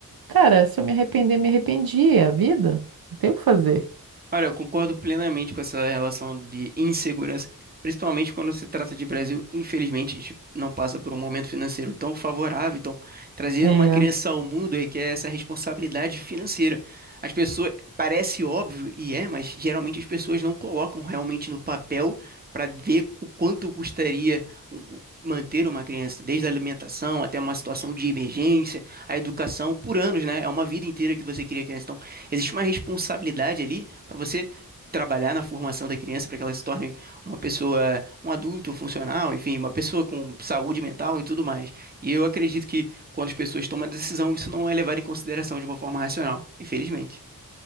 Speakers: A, on the right (about 75°); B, on the right (about 25°).
A: Cara, se eu me arrepender, me arrependi, é a vida. Não tem o que fazer.
B: Olha, eu concordo plenamente com essa relação de insegurança, principalmente quando se trata de Brasil. Infelizmente, a gente não passa por um momento financeiro tão favorável. Então, trazer
A: É,
B: uma criança ao mundo requer essa responsabilidade financeira. As pessoas, parece óbvio e é, mas geralmente as pessoas não colocam realmente no papel para ver o quanto custaria um- um, manter uma criança, desde a alimentação até uma situação de emergência, a educação por anos, né? É uma vida inteira que você cria criança. Então, Existe uma responsabilidade ali para você trabalhar na formação da criança para que ela se torne uma pessoa, um adulto funcional, enfim, uma pessoa com saúde mental e tudo mais. E eu acredito que quando as pessoas tomam a decisão, isso não é levado em consideração de uma forma racional, infelizmente.